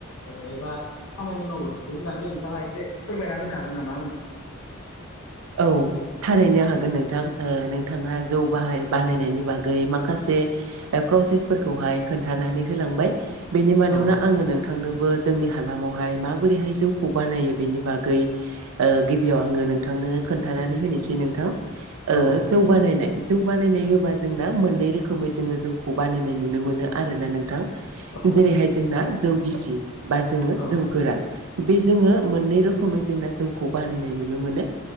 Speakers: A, on the left (about 75°); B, on the right (about 80°).
A: ओ एबा खामानि मावो बेनि बागै नोंथाङा एसे फोरमायना होनो हागोन नामा आंनो?
B: औ थारैनो हागोन नोंथां ओ नोंथाङा जौ बाहाय बानायनायनि बागै माखासे प्रसेसफोरखौहाय खोन्थानानै होलांबाय बेनि मादावनो
A: औ
B: आङो नों थांनोबो जोंनि हालामावहाय माबोरैहाय जौखौ बानायो बेनि बागै ओ गिबियाव आङो नोंथांनो खोन्थानानै होनोसै नोंथां ओ
A: औ
B: जौ बानायनाय जौ बानायनाय होबा जोंना मोननै रोखोमै जोङो जौखौ बानायनाय नुनो मोनो आरोना नों थां
A: औ
B: जेरैहाय जोंना जौ गिसि बा जोङो
A: औ
B: जौ गोरान बे जोङो मोननै रोखोमै जोंना जौखौ बानायनाय नुनो मोनो